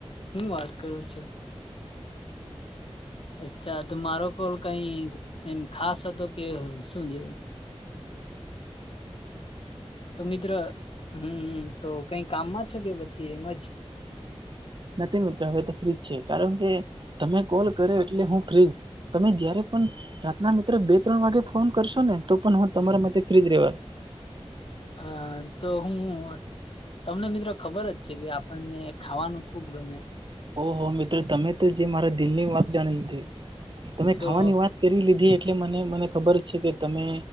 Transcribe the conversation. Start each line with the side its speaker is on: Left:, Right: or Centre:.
Left: હું વાત કરો છો અચ્છા તો મારો કોલ કઈ એમ ખાસ હતો કે શું જેવું તો મિત્ર હમ તો કઈ કામમાં છો કે પછી એમ જ
Right: નથી મિત્ર હવે તો ફ્રીજ છે કારણ કે તમે કોલ કર્યો એટલે હું ફ્રીજ. તમે જય્યારે પણ રાતના મિત્ર બે ત્રણ વાગે ફોન કરશો ને તો પણ હું તમારા માટે ફ્રી જ રેવા.
Left: હા તો હું તમને મિત્ર ખબર જ છે કે આપણને ખાવાનું ખુબ ગમે
Right: ઓહ મિત્રો તમે તો જે મારા દિલની વાત જાણી લીધી તમે
Left: તો
Right: ખાવાની વાત કરી લીધી એટલે મને મને ખબર જ છે કે તમે